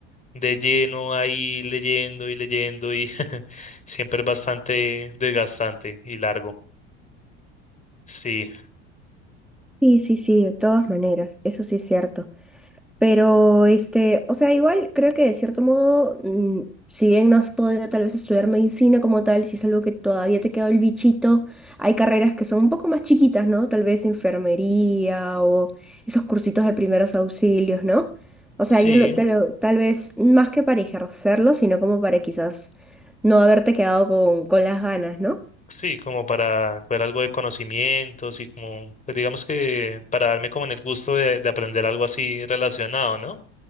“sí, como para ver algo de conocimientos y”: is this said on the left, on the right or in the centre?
Left